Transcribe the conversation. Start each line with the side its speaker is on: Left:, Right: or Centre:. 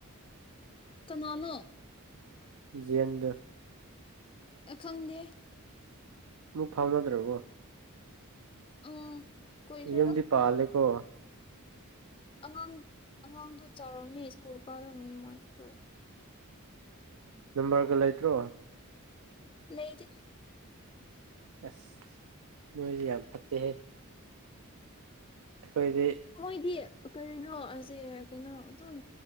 Left: ꯀꯅꯥꯅꯣ
Right: ꯌꯦꯟꯗ
Left: ꯑ ꯈꯪꯗꯦ
Right: ꯃꯨꯛ ꯐꯥꯎꯅꯗ꯭ꯔꯕꯣ
Left: ꯎꯝ ꯀꯨꯏꯈ꯭ꯔꯦꯗ
Right: ꯌꯨꯝꯗꯤ ꯄꯥꯜꯂꯦꯀꯣ
Left: ꯑꯉꯥꯡ ꯑꯉꯥꯡꯗꯣ ꯆꯥꯎꯔꯝꯅꯤ ꯁ꯭ꯀꯨꯜ ꯀꯥꯜꯔꯝꯅꯤ ꯃꯥꯛꯇꯣ
Right: ꯅꯝꯕꯔꯒ ꯂꯩꯇ꯭ꯔꯣ
Left: ꯂꯩꯗꯦ
Right: ꯑꯁ ꯅꯣꯏꯖꯦ ꯌꯝ ꯐꯠꯇꯦꯍꯦ ꯑꯩꯈꯣꯏꯗꯤ
Left: ꯃꯣꯏꯗꯤ ꯀꯔꯤꯅꯣꯑꯁꯦ ꯀꯩꯅꯣ ꯑꯗꯨꯝ